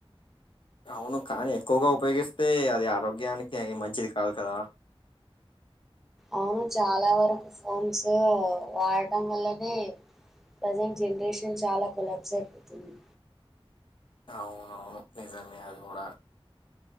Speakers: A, on the left; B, in the centre.
A: అవును కానీ ఎక్కువగా ఉపయోగిస్తే అది ఆరోగ్యానికి అయి మంచిది కాదు కదా
B: అవును చాలా వరకు ఫోన్స్ వాడటం వల్లనే ప్రజెంట్ జనరేషన్ చాలా కులబ్స అయిపోతుంది
A: అవునవును నిజమే అది కూడా